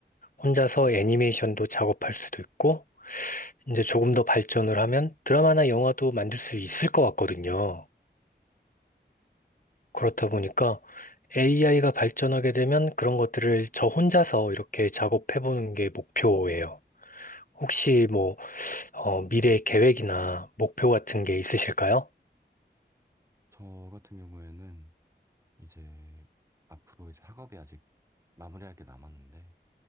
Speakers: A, on the left; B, on the right.
A: 혼자서 애니메이션도 작업할 수도 있고 이제 조금 더 발전을 하면 드라마나 영화도 만들 수 있을 것 같거든요. 그렇다 보니까 AI가 발전하게 되면 그런 것들을 저 혼자서 이렇게 작업해보는 게 목표예요. 혹시 뭐, 어, 미래 계획이나 목표 같은 게 있으실까요?
B: 저 같은 경우에는 이제 앞으로 이제 학업이 아직 마무리할 게 남았는데